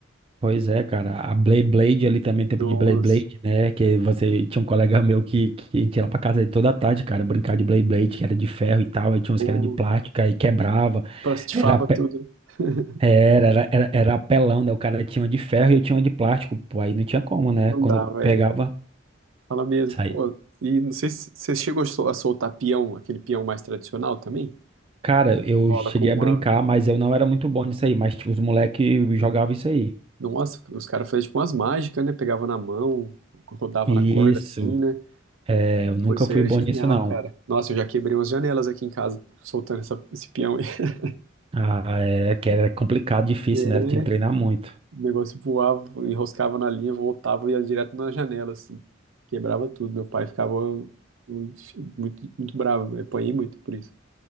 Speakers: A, on the right; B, on the right.
A: Pois é, cara. A Blade Blade ali também, tempo
B: Nossa,
A: de Blade Blade, né? Que você tinha um colega meu que, que a gente ia lá pra casa dele toda tarde, cara, brincar de Blade Blade, que era de ferro e tal. Aí tinha uns
B: pô,
A: que era de plástico, aí quebrava.
B: plastifava
A: Era, pe-
B: tudo. né?
A: era,
B: <laughs>
A: era, era, era apelão, né? O cara tinha uma de ferro e eu tinha uma de plástico. Pô, aí não tinha como, né?
B: Não
A: Quando
B: dava,
A: eu pegava,
B: é. Fala mesmo.
A: saía.
B: Pô, e não sei se você chegou a sol- a soltar peão, aquele peão mais tradicional também?
A: Cara, eu
B: Enrola
A: cheguei
B: com uma.
A: a brincar, mas eu não era muito bom nisso aí. Mas tipo, os moleques jogavam isso aí.
B: Nossa, os caras faziam tipo umas mágicas, né? Pegavam na mão, rodavam
A: Isso.
B: na corda assim, né?
A: É, eu nunca
B: Pô, isso
A: fui
B: aí era
A: bom
B: genial,
A: nisso, não.
B: cara. Nossa, eu já quebrei umas janelas aqui em casa soltando essa, esse peão. aí. <laughs>
A: Ah, é que era complicado, difícil,
B: É,
A: né? Eu tinha que treinar muito.
B: O negócio voava, enroscava na linha, voltava e ia direto na janela, assim. Quebrava tudo. Meu pai ficava uh, muito, muito bravo. Eu apanhei muito por isso.